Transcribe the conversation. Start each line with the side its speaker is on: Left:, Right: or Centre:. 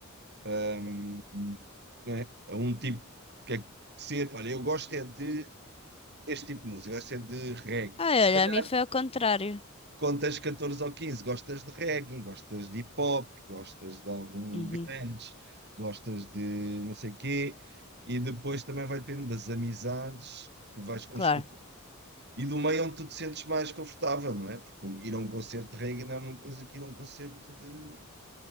Right: Hum, É, é um tipo que é que ser, olha, eu gosto é de este tipo de música, eu gosto é de reggae.
Left: Ah, olha,
Right: Se calhar,
Left: a mim foi ao contrário.
Right: quando tens 14 ou 15, gostas de reggae, gostas de hip hop, gostas de algum
Left: Uhum,
Right: grunge, gostas de não sei quê, e depois também vai depender das amizades que vais construir
Left: Claro.
Right: e do meio onde tu te sentes mais confortável, não é? Porque um, ir a um concerto de reggae não é uma coisa que ir a um concerto de,